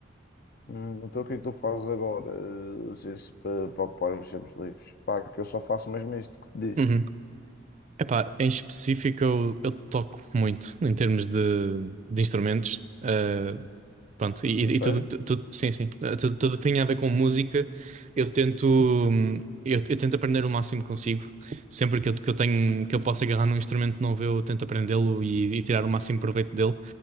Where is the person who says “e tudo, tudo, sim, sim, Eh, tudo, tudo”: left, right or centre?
Right